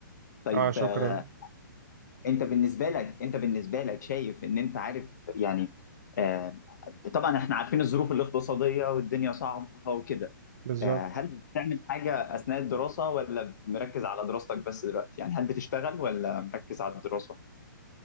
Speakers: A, on the left (about 60°); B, on the right (about 55°).
A: طيب
B: اه شكرا
A: آه، انت بالنسبة لك انت بالنسبة لك شايف ان انت عارف يعني آه، طبعا احنا عارفين الظروف الاقتصادية والدنيا صعبة وكده
B: بالظبط
A: آه، هل بتعمل حاجة اثناء الدراسة ولا مركز على دراستك بس دلوقتي يعني هل بتشتغل ولا مركز على الدراسة